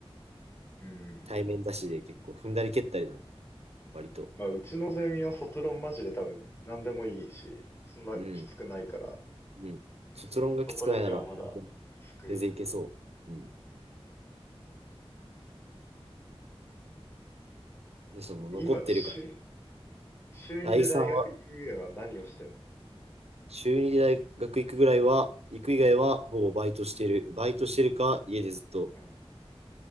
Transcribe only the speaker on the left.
うん。
まあうちのゼミは卒論マジで多分何でもいいし、そんなきつくないから、
そこだけはまだ救い。
今、週、週2で大学行く上は何をしてんの
うん。